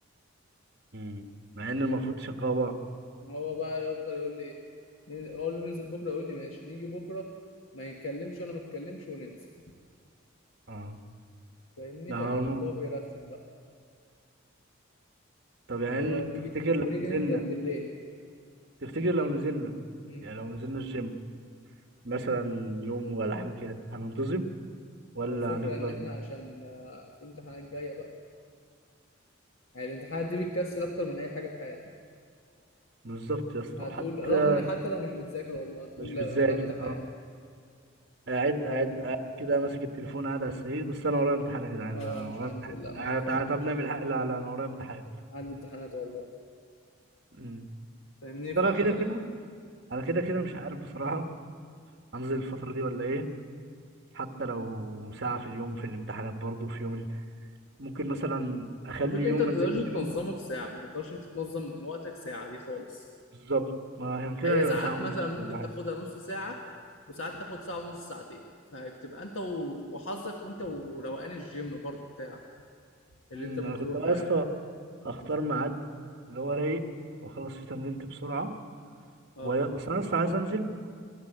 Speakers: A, on the right; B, on the left.
A: امم مع إن المفروض تشغلوا بعض
B: هو بقى يفضل يقول لي ن- اقول له ننزل بكره يقول لي ماشي نيجي بكره ما يتكلمش وانا ما اتكلمش وننسى
A: اه
B: فاهمني
A: ده
B: فالموضوع
A: هو الم-
B: بيرخم بقى
A: طب يعني
B: اللي هو
A: تفتكر
B: نيجي
A: لو
B: ونيجي
A: نزلنا
B: نندم بالليل
A: تفتكر لو نزلنا
B: امم
A: يعني لو نزلنا الجيم مثلا يوم ولا حاجة كده هننتظم ولا
B: هو الفكره
A: هنفضل
B: ان احنا عشان آه، في امتحانات جايه بقى يعني الامتحانات دي بتكسل اكتر من اي حاجه في حياتك
A: بالظبط يا اسطى
B: هتقول
A: وحتى
B: رغم حتى لو مش بتذاكر والله هتقول
A: مش
B: لا
A: بتذاكر
B: انا ورايا امتحان
A: اه قاعد قاعد
B: لو
A: قاعد كده ماسك التليفون قاعد على السرير بس انا ورايا امتحان يا جدعان
B: اه
A: انا
B: مش
A: ورايا
B: هنزل
A: امتحان
B: لا ما
A: تعالى
B: ينفعش
A: تعالى طب نعمل حق لا لا انا ورايا امتحان
B: عندي امتحانات والله
A: أمم.
B: فاهمني
A: بس
B: فاحنا
A: انا كده كده انا كده كده مش عارف بصراحة انزل الفترة دي ولا ايه حتى لو ساعة في اليوم في الامتحانات برضو في يوم ال... ممكن مثلا اخلي
B: الفكرة
A: يوم
B: انت ما
A: ما
B: تقدرش
A: انزلش فيه
B: تنظمه في ساعة ما تقدرش انت تنظم وقتك ساعة دي خالص
A: بالظبط ما عشان كده
B: هي
A: هيبقى
B: ساعات
A: ساعة ونص
B: مثلا ممكن
A: ولا حاجة
B: تاخدها نص ساعة وساعات تاخد ساعة ونص ساعتين فبتبقى انت و- وحظك وانت وروقان الجيم برضو بتاعك اللي
A: امم
B: انت بتروحه
A: انا كنت اصلا
B: يعني
A: اختار ميعاد اللي هو رايق واخلص فيه تمرينتي بسرعة
B: اه
A: و- بس انا اصلا عايز انزل